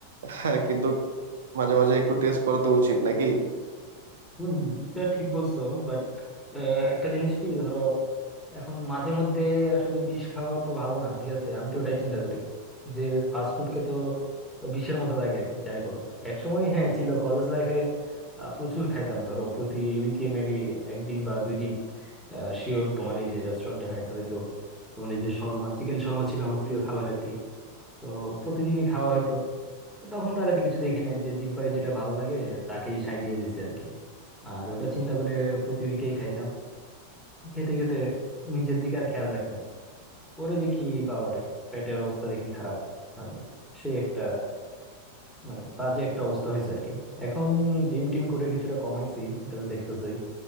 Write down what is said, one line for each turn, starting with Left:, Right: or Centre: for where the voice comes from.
Right: হ্যাঁ কিন্তু মাঝে মাঝে একটু টেস্ট করা তো উচিত নাকি
Centre: হম হম এটা ঠিক বলছো বাট একটা জিনিস কি ধরো এখন মাঝে মধ্যে আসলে বিষ খাওয়া তো ভালো না ঠিক আছে আমি তো ওটাই চিন্তা করি যে ফাস্ট ফুড কে তো বিষের মতো লাগে আর কি যাই বলো এক সময় হ্যাঁ ছিল কলেজ লাইফে প্রচুর খাইতাম ধরো প্রতি উইকে মেবি একদিন বা দুই দিন শিওর তোমার এই যে রেস্টুরেন্টে খাইতে হইতো তোমার এই যে শর্মা চিকেন শর্মা ছিল আমার প্রিয় খাবার আর কি তো প্রতিদিনই খাওয়া হইতো তখন তার এত কিছু দেখি নাই যে জিব্বাই যেটা ভালো লাগে তাকেই সাই দিয়ে দিছে আর কি আর ওটা চিন্তা করে প্রতি উইকেই খাইতাম খেতে খেতে নিজের দিকে আর খেয়াল রাখি নাই। পরে দেখি বাবারে পেটের অবস্থা দেখি খারাপ মানে সে একটা মানে বাজে একটা অবস্থা হয়েছে আর কি এখন জিম টিম করে কিছুটা কমাইছি এটা তো দেখতেছই